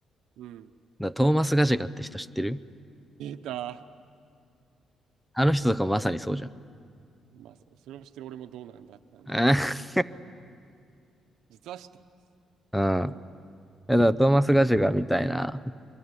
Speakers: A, on the right; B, in the centre.
A: うん。
B: らトーマス・ガジェガって人知ってる
A: データ。
B: あの人とかまさにそうじゃん。
A: もう、こまあ、そそれをしてる俺もどうなんだって感じなんですけど、
B: <laughs>
A: 実は知っています。
B: うん。うんいやだからトーマス・ガジェガみたいな。